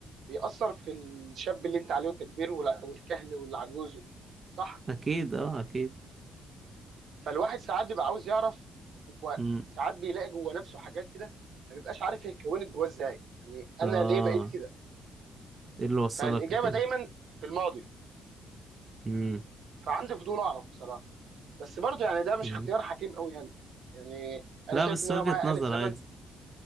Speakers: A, on the right (about 65°); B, on the right (about 30°).
A: بيأثر في الشاب اللي انت عليه وانت كبير ولا- والكهل والعجوز صح
B: اكيد اه اكيد
A: فالواحد ساعات بيبقى عاوز يعرف وساعات
B: امم
A: بيلاقي جوه نفسه حاجات كده ما بيبقاش عارف هي اتكونت جواه ازاي يعني انا
B: اه
A: ليه بقيت كده
B: ايه اللي وصلك
A: فالإجابة
B: لكده
A: دايما في الماضي
B: امم
A: فعندي فضول اعرف بصراحة بس برضه يعني ده مش
B: أمم.
A: اختيار حكيم قوي يعني يعني انا
B: لا
A: شايف
B: بس
A: ان
B: وجهة
A: انا لو معايا
B: نظر
A: آلة زمن
B: عادي